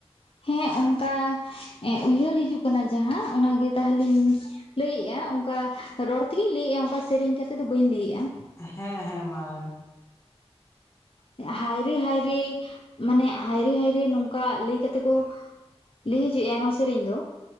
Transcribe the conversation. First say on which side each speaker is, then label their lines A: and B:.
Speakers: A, on the left; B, on the left.
A: ᱦᱮᱸ ᱚᱱᱠᱟ ᱮᱸ ᱩᱭᱦᱟᱹᱨ ᱦᱤᱡᱩᱜ ᱠᱟᱱᱟ ᱡᱟᱦᱟᱸ ᱚᱱᱟᱜᱮ ᱛᱟ ᱦᱞᱤᱧ ᱞᱟᱹᱭᱮᱫᱼᱟ, ᱚᱝᱠᱟ ᱨᱚᱲ ᱛᱮᱜᱮᱧ ᱞᱟᱹᱭᱮᱫᱼᱟ, ᱚᱝᱠᱟ ᱥᱮᱨᱮᱧ ᱠᱟᱛᱮᱫ ᱫᱚ ᱵᱟᱹᱧ ᱞᱟᱹᱭᱮᱫᱼᱟ ᱾
B: ᱦᱮᱸ ᱦᱮᱸ, ᱢᱟ ᱞᱟᱹᱭ ᱢᱮ ᱾
A: ᱦᱟᱭᱨᱮ ᱦᱟᱭᱨᱮ, ᱢᱟᱱᱮ ᱦᱟᱭᱨᱮ ᱦᱟᱭᱨᱮ ᱱᱚᱝᱠᱟ ᱞᱟᱹᱭ ᱠᱟᱛᱮ ᱠᱚ ᱞᱟᱹᱭ ᱦᱚᱪᱚᱭᱮᱜᱼᱟ ᱱᱚᱣᱟ ᱥᱮᱨᱮᱧ ᱫᱚ